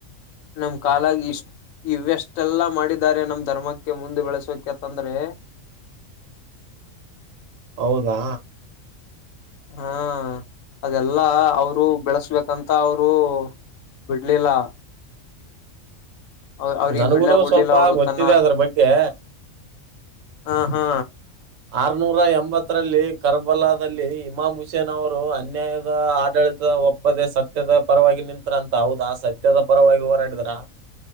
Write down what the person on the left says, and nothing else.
ನಮ್ ಕಾಲಾಗಿ ಇಷ್ಟ ಇವೆಷ್ಟೆಲ್ಲಾ ಮಾಡಿದ್ದಾರೆ ನಮ್ ಧರ್ಮಕ್ಕೆ ಮುಂದೆ ಬೆಳಸೋಕ ಅಂತಂದ್ರೆ <inaudible>
ಹಾ ಅದೆಲ್ಲಾ ಅವ್ರು ಬೆಳೆಸ್ಬೇಕಂತ ಅವ್ರು ಬಿಡಲಿಲ್ಲ ಅವ ಅವ್ರಿಗೆ
ಬಿಡ್ಲ ಬಿಡ್ಲಿಲ್ಲ
ಅವ್ರು
ತನ್ನ
ಹಾ ಹಾ